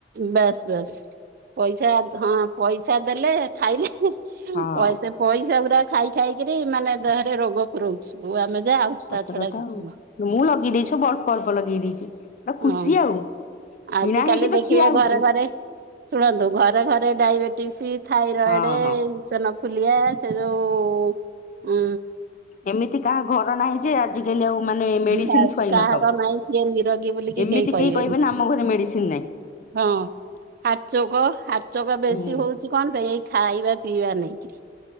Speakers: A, on the right; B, on the left.
A: ବେଶ ବେସ ପଇସା ହଁ ପଇସା ଦେଲେ ଖାଇଲେ
B: ହଁ
A: ପଇସା ପଇସା ପୁରା ଖାଇ ଖାଇକିରି ମାନେ ଦେହରେ ରୋଗ ପୁରୋଉଛୁ ଆମେ। ଯା ଆଉ
B: ସତ
A: ତା ଛଡା
B: କଥା
A: କିଛି
B: ଆଉ
A: ନୁହଁ
B: ମୁଁ ଲଗେଇ ଦେଇଛି। ସବୁ ଅଳ୍ପ ଅଳ୍ପ ଲଗେଇ ଦେଇଛି। ତ ଖୁସି
A: ହଁ
B: ଆଉ
A: ଆଜିିକାଲି
B: କିଣା ହେଇକି ତ
A: ଦେଖିବେ
B: ଖିଆ ହଉଛି
A: ଘରେ ଘରେ ଶୁଣନ୍ତୁ ଘରେ ଘରେ ଡାଇବେଟିସ୍ ଥାଇରଏଡ଼
B: ହଁ ହଁ
A: ଏସନଫୁଲିଆ ସେ ଯେଉଁ ହୁ
B: ଏମିତି କାହା ଘର ନାହିଁ ଯେ ଆଜିକାଲି ଆଉ ମାନେ ମେଡିସିନ
A: ବାସ୍
B: ଥୁଆଇ
A: କାହାର
B: ନଥିବ
A: ନାଇଁ କିଏ ନିରୋଗୀ? ବୁଲିକି
B: ଏମିତି
A: କେହି କହିବେନି।
B: କହିବେ ନା ଆମ ଘରେ ମେଡିସିନ ନାହିଁ
A: ହଁ ହାର୍ଟଚୋକ ହାର୍ଟଚୋକ ବେଶୀ
B: ହୁଁ
A: ହଉଛି କଣ ପେଇଁ? ଏଇ ଖାଇବା ପିଇବା ନେଇକିରି।